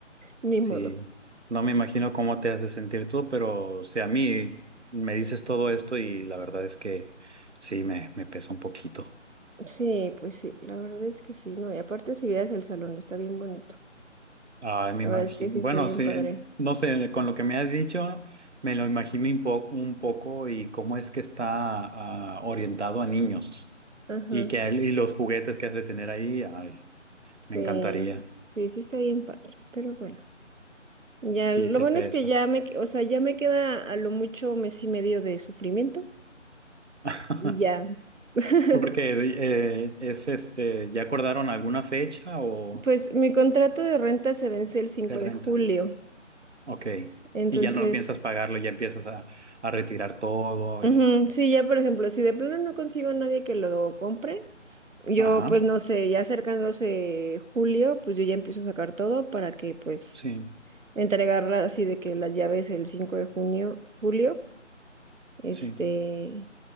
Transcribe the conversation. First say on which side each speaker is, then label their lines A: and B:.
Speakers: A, on the right; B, on the right.
A: ni
B: Sí,
A: modo.
B: no me imagino cómo te hace sentir tú, pero si a mí me dices todo esto y la verdad es que sí, me, me pesa un poquito.
A: Sí, pues sí, la verdad es que sí, ¿no? Y aparte si vieras el salón, está bien bonito.
B: Ay,
A: La
B: me imagino.
A: verdad es que sí está
B: Bueno,
A: bien
B: sí,
A: padre.
B: no sé, con lo que me has dicho, me lo imagino un, po- un poco y cómo es que está ah, orientado a niños
A: Ajá,
B: y que el- y los juguetes que has de tener ahí, ay,
A: sí,
B: me encantaría.
A: sí, sí está bien padre, pero bueno. Ya,
B: Sí,
A: lo
B: te
A: bueno
B: pesa.
A: es que ya me, que- o sea, ya me queda a lo mucho mes y medio de sufrimiento
B: <laughs>
A: y ya. <laughs>
B: Porque es, eh, es este, ¿ya acordaron alguna fecha o
A: Pues mi contrato de renta se vence el 5
B: qué renta?
A: de julio,
B: Ok.
A: entonces
B: Y ya no piensas pagarlo, ya empiezas a, a retirar todo
A: Ujú,
B: y...
A: Sí, ya por ejemplo, si de plano no consigo a nadie que lo compre, yo
B: Ajá.
A: pues no sé, ya acercándose julio, pues yo ya empiezo a sacar todo para que pues
B: Sí,
A: entregarla así de que las llaves el 5 de junio, julio, este,
B: sí.